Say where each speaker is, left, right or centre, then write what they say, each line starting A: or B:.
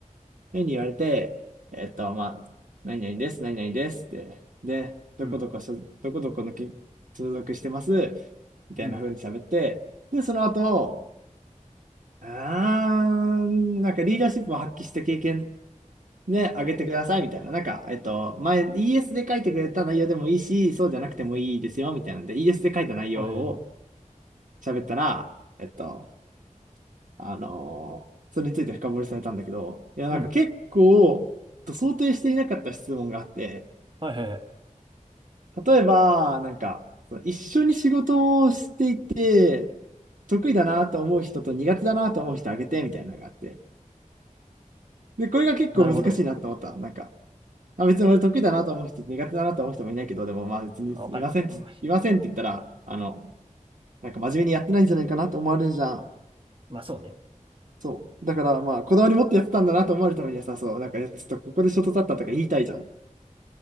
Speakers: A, on the right; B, on the right.
A: ふうに言われて、えっと、まあ、何々です、何々ですって。で、どこどこ所、
B: うん。
A: どこどこのき所属してます、みたいな風に喋って、
B: うん。
A: で、その後、あーなんかリーダーシップを発揮した経験ね、あげてくださいみたいな。なんか、えっと、前、ES で書いてくれた内容でもいいし、そうじゃなくてもいいですよ、みたいなので、ES で書いた内容を
B: あ、へえ。
A: 喋ったら、えっと、あのーそれについて深掘りされたんだけど、いや、なんか結構、
B: うん。
A: えっと想定していなかった質問があって、
B: はいはいはい。
A: 例えば、なんか、その一緒に仕事をしていて、得意だなと思う人と苦手だなと思う人あげて、みたいなのがあって。で、これが結構難しいなと思った。
B: なるほど。
A: なんか、まあ、別に俺得意だなと思う人、苦手だなと思う人もいないけど、でもまあ別にいませんって、
B: まあわかる。うん
A: いませんって言ったら、あの、なんか真面目にやってないんじゃないかなと思われるじゃん。
B: まあ、そうね。
A: そう。だからまあ、こだわり持ってやってたんだなと思われるためにはさ、そう、なんかいやちょっとここでショートだったとか言いたいじゃん。